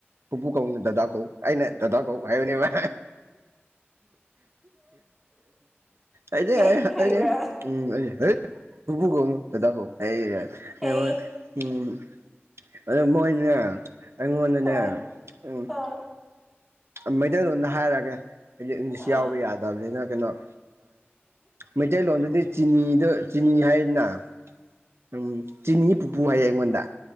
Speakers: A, on the right (about 70°); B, in the centre.
A: ꯄꯨꯄꯨ ꯀꯧꯅꯨ ꯗꯗꯥ ꯀꯧ ꯑꯩꯅ ꯗꯗꯥ ꯀꯧ ꯍꯥꯏꯕꯅꯦꯕ ꯑꯩꯗꯤ
B: ꯍꯦꯛ
A: <unintelligible>
B: ꯍꯩꯕ꯭ꯔꯥ
A: ꯎꯝ ꯑꯩ ꯍꯩꯇ ꯄꯨꯄꯨ ꯀꯧꯅꯨ ꯗꯗꯥ ꯀꯧ ꯍꯥꯏꯌꯦꯒ <unintelligible>
B: ꯍꯦ
A: ꯑꯗꯨ ꯃꯣꯏꯗꯤꯅꯦ ꯑꯩꯉꯣꯟꯗꯅꯦ
B: ꯍꯣꯏ
A: ꯎꯝ
B: ꯑꯥ
A: ꯃꯩꯇꯩꯂꯣꯟꯗ ꯍꯥꯏꯔꯒꯦ ꯑꯩꯗꯤ ꯏꯪꯂꯤꯁ
B: ꯑꯥ
A: ꯌꯥꯎꯕ ꯌꯥꯗꯕꯅꯤꯅ ꯀꯩꯅꯣ ꯃꯩꯇꯩꯂꯣꯟꯗꯗꯤ ꯆꯤꯅꯤꯗꯨ ꯆꯤꯅꯤ ꯍꯥꯏꯗꯅ ꯎꯝ ꯆꯤꯅꯤ ꯄꯨꯄꯨ ꯍꯥꯏꯌꯦ ꯑꯩꯉꯣꯟꯗ